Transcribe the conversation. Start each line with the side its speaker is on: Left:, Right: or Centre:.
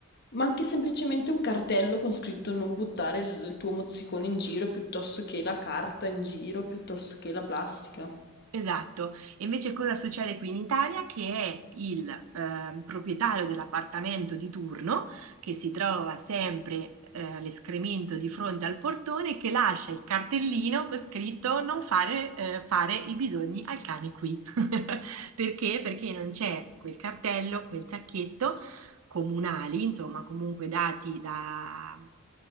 Left: Ma anche semplicemente un cartello con scritto non buttare il il tuo mozzicone in giro, piuttosto che la carta in giro, piuttosto che la plastica.
Right: Esatto, e invece cosa succede qui in Italia? Che è il ehm, proprietario dell'appartamento di turno che si trova sempre eh, l'escremento di fronte al portone che lascia il cartellino con scritto non fare, eh, fare i bisogni al cane qui. Perché? Perché non c'è quel cartello, quel sacchetto comunali, insomma, comunque dati da,